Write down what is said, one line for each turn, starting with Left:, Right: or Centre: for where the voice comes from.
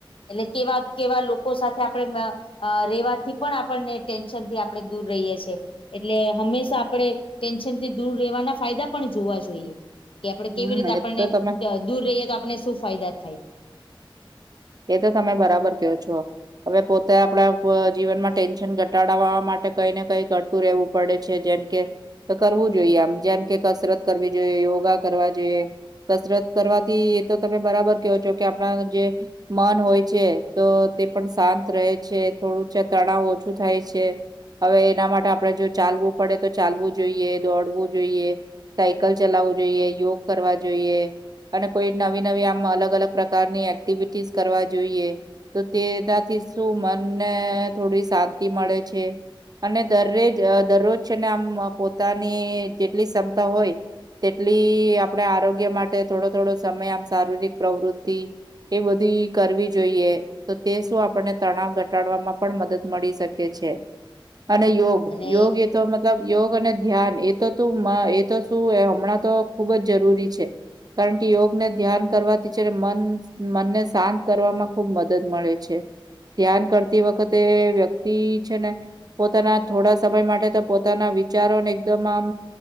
Left: એટલે કેવા કેવા લોકો સાથે આપણે અ રેવાથી પણ આપણને ટેન્શન થી આપણે દૂર રહીએ છીએ એટલે હંમેશા આપણેે ટેન્શનથી દૂર રહેેવાના ફાયદા પણ જોવા જોઈએ કે આપડણે
Right: હમ્મ
Left: કેવી રીતે આપણને
Right: એ તો તમે
Left: દૂર રહીએ તો આપને શું ફાયદા થાય?
Right: એ તો તમે બરાબર કેવો છો. હવે પોતે આપડા જીવનમાં ટેન્શન ઘટાડવા માટે કઈ ને કઈ કર રહેવું પડે છે જેમ કે તો કરવું જોઈએ આમ જેમ કે કસરત કરવી જોઈએ યોગા કરવા જોઈએ કસરત કરવાથી એ તો તમે બરાબર કેવો છો કે આપણા જે મન હોય છે તો તે પણ શાંત રહે છે થોડું તણાવ ઓછું થાય છે. હવે એના માટે આપણે જો ચાલવું પડે તો ચાલવું જોઈએ દોડવું જોઈએ સાયકલ ચલાવવું જોઈએ, યોગ કરવા જોઈએ. અને કોઈ નવી નવી, આમ અલગ અલગ પ્રકારની એક્ટિવિટીસ કરવા જોઈએ. તો તે ત્યાંથી શું મનને થોડી શાંતિ મળે છે. અને દરરેજ અ દરરોજ છેને આમ પોતાની જેટલી ક્ષમતા હોય તેટલી આપણે આરોગ્ય માટે થોડો થોડો સમય આમ, શારીરિક પ્રવૃતિ એ બધી કરવી જોઈએ, તો તે શું આપણને તણાવ ઘટાડવામાં પણ મદદ મળી શકે છે. અને યોગ,
Left: અને
Right: યોગ એ તો મતલબ, યોગ અને ધ્યાન એ તો તું માં, એ તો શું અ હમણાં તો ખુબ જ જરૂરી છે. કારણ કે યોગને ધ્યાન કરવાથી છે મન, મનને શાંત કરવામાં ખુબ મદદ મળે છે, ધ્યાન કરતી વખતે વ્યક્તિ છે ને પોતાના થોડા સમય માટે તો પોતાના વિચારોને એકદમ આમ